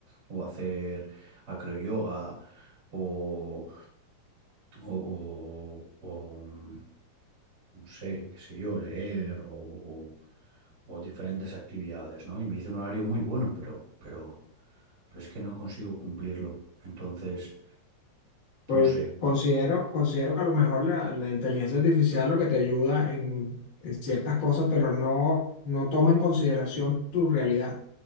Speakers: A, on the right (about 35°); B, on the left (about 65°).
A: o hacer acroyoga, o, o, o- o, mm, no sé, qué sé yo, leer, o, o diferentes actividades, ¿no? Y me dice un horario muy bueno, pero, pero, pero es que no consigo cumplirlo. Entonces,
B: Pues
A: no sé.
B: considero, considero que a lo mejor la, la inteligencia artificial lo que te ayuda en, en ciertas cosas, pero no, no toma en consideración tu realidad,